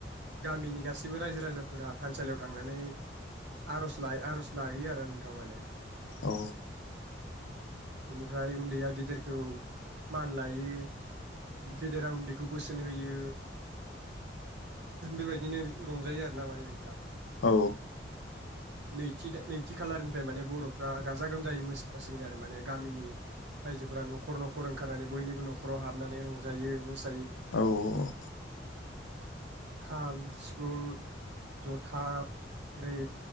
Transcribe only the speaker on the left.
औ।
औ।
औ औ औ।